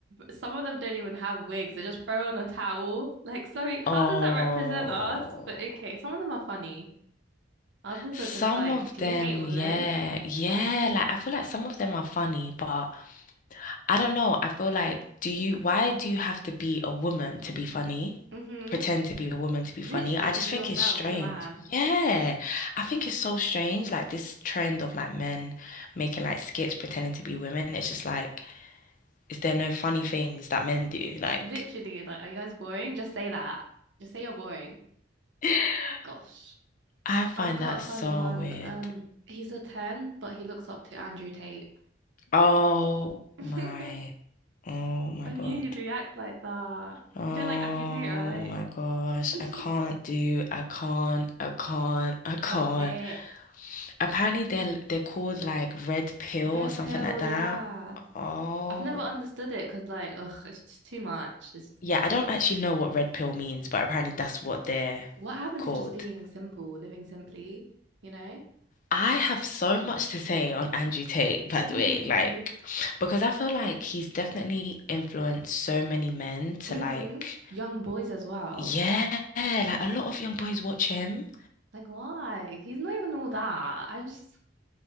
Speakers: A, on the right; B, on the left.
A: some of them don't even have wigs. They just throw on a towel. Like, sorry, how
B: Oh,
A: does that represent us? But okay, some of them are funny. Others
B: some
A: are just like,
B: of
A: do
B: them,
A: you hate women?
B: yeah, yeah. Like I feel like some of them are funny, but I don't know. I feel like, do you, why do you have to be a woman to be funny?
A: Mm-hmm.
B: Pretend to be a woman to be funny.
A: Literally,
B: I just
A: be
B: think
A: yourself,
B: it's strange.
A: be a man.
B: Yeah. I think it's so strange. Like this trend of like men making like skits pretending to be women. It's just like, is there no funny things that men do? Like,
A: Literally, like, are you guys boring? Just say that. Just say you're boring.
B: <laughs>
A: Gosh.
B: I find
A: I've got
B: that
A: a
B: so
A: funny one.
B: weird.
A: Um, he's a 10, but he looks up to Andrew Tate. <laughs>
B: Oh
A: I
B: my, oh my
A: knew
B: God.
A: you'd react like that.
B: Oh
A: You don't like Andrew Tate, right?
B: my gosh.
A: <laughs>
B: I can't do, I can't, I can't, I can't.
A: Toxic.
B: Apparently they're they're called like red pill
A: Red
B: or something
A: pill,
B: like that.
A: yeah.
B: Oh,
A: I've never understood it because like, ugh, it's just too much. It's
B: yeah, I don't actually know what red pill means, but apparently that's what they're
A: what happened
B: called.
A: to just being simple, living simply, you know?
B: I have so much to say on Andrew Tate, by the
A: you,
B: way, like because I feel like he's definitely influenced so many men to
A: Mm-hmm.
B: like
A: Young boys as well.
B: yeah, like a lot of young boys watch him.
A: Like, why? He's not even all that. I just,